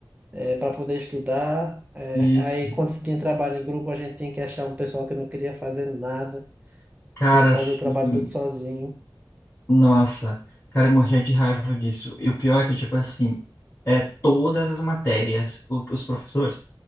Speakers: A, on the right; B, on the left.
A: é, para poder estudar. é,
B: Isso.
A: aí quando se tinha trabalho em grupo, a gente tinha que achar um pessoal que não queria fazer nada.
B: Cara,
A: Tinha que fazer
B: assim,
A: o trabalho todo sozinho.
B: nossa. Cara, eu morria de raiva disso. E o pior é que, tipo assim, é todas as matérias, o- os professores